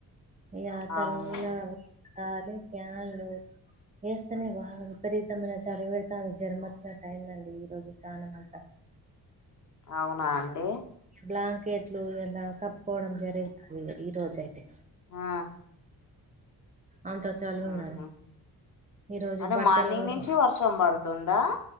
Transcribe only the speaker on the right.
ఇక చల్లగాతారు
ప్యాన్లు వేస్తనే బాగా విపరీతమైన చలి పెడతాంది జ్వరము వచ్చినట్టయిందండి ఈరోజు ప్రానం అంతా
బ్లాంకెట్లు ఇలా కప్పుకోవడం జరుగుతుంది ఈ రోజ అయితే
అంత చలి
ఉన్నది ఈ రోజు
బట్టలు
కూడా